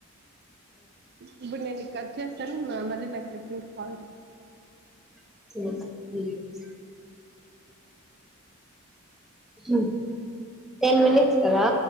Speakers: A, on the right (about 45°); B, in the centre.
A: ఇప్పునేని కట్ చేస్తాను ఆ మళ్ళి నాకు రిపీట్ కాల్ చెయ్
B: స <unintelligible> ఉ టెన్ మినట్స్ కదా